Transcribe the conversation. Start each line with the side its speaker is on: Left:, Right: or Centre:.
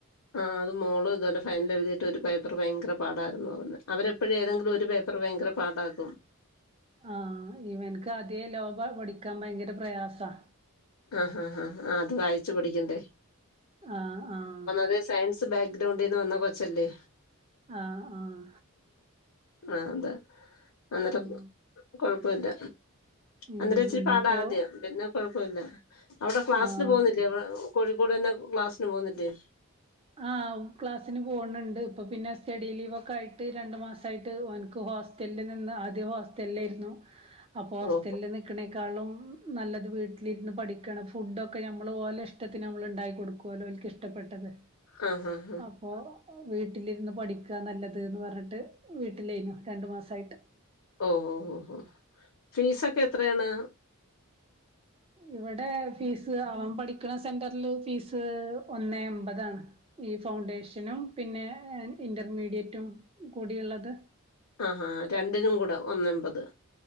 Left: ആഹ് അത് മോളും ഇതുപോലെ ഫൈനൽ എഴുതിയിട്ട് ഒരു പേപ്പർ ഭയങ്കര പാടായിരുന്നു പറഞ്ഞുന്നത് അവരെപ്പോഴും ഏതെങ്കിലും ഒരു പേപ്പറ് ഭയങ്കര പാടാക്കും
Right: ആഹ് ഇവനക്ക് ആദ്യേ ലോപഠിക്കാൻ ഭയങ്കര പ്രയാസാ
Left: ആഹ് ആഹ് ആഹ് അത് വായിച്ചു പടിക്കണ്ടേ
Right: ആഹ് ആഹ്
Left: ഒന്നാതേ സയൻസ് ബാക്ക്ഗ്രൗണ്ടീന്ന് വന്ന കൊച്ചല്ലേ
Right: ആഹ ആഹ്
Left: ആഹ് അതാ അന്നേരം
Right: ഉം
Left: കൊഴപ്പില്ല
Right: ഉം
Left: അന്നേരിച്ചിരി
Right: ഇനിയിപ്പോ
Left: പാടാ ആദ്യം പിന്നെ കുഴപ്പവില്ല അവിടെ ക്ലാസ്സിന്
Right: ആഹ്
Left: പോകുന്നില്ലേ കോഴിക്കോട് തന്നെ ക്ലാസ്സിന് പോകുന്നില്ലേ
Right: ആഹ് ക്ലാസ്സിന് പോണുണ്ട് ഇപ്പൊ പിന്നെ സ്റ്റഡി ലീവ് ഒക്കെ ആയിട്ട് രണ്ടു മാസയിട്ട് അവനിക്ക് ഹോസ് സ്റ്റലിൽ നിന്ന് ആദ്യം ഹോസ്റ്റലിൽ ആയിരുന്നു അപ്പോ ഹോസ്റ്റലിൽ
Left: ഓ
Right: നിക്കണേ കാളും നല്ലത് വീട്ടിലിരുന്ന് പഠിക്കാണ് ഫുഡ് ഒക്കെ നമ്മള് ഓലെ ഇഷ്ടത്തിന് നമ്മൾ ഉണ്ടായി കൊടുക്കുവല്ലോ ഓൽക്ക് ഇഷ് ടപ്പെട്ടത്
Left: ഉം ഉം
Right: അപ്പോ വീട്ടിലിരുന്ന് പഠിക്കുകാ നല്ലതെന്ന് പറഞ്ഞിട്ട് വീട്ടിലേനു രണ്ടു മാസായിട്ട്
Left: ഓ ഓ ഓ ഫീസൊക്കെ എത്രയാണ്
Right: ഇവിടെ ഫീസ് അവൻ പഠിക്കണ സെന്ററിൽ ഫീസ് ഒന്നെ എമ്പതാണ് ഈ ഫൗണ്ടേഷനും പിന്നെ ഇന്റർമീഡിയേറ്റും കൂടിഉള്ളത്
Left: ആഹ് ഹാ രണ്ടിനും കൂടെ ഒന്നെമ്പത്